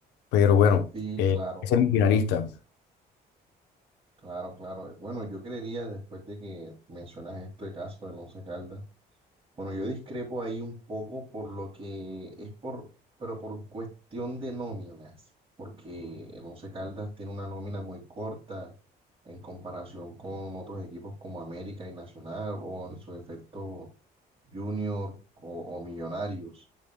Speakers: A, on the left (about 85°); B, on the right (about 30°).
A: Pero bueno,
B: sí,
A: eh,
B: claro,
A: es el finalista.
B: claro, claro. Bueno, yo creería, después de que mencionas este caso del Once Caldas, Bueno, yo discrepo ahí un poco por lo que es por, pero por cuestión de nóminas, porque el Once Caldas tiene una nómina muy corta en comparación con otros equipos como América y Nacional o en su defecto Junior o, o Millonarios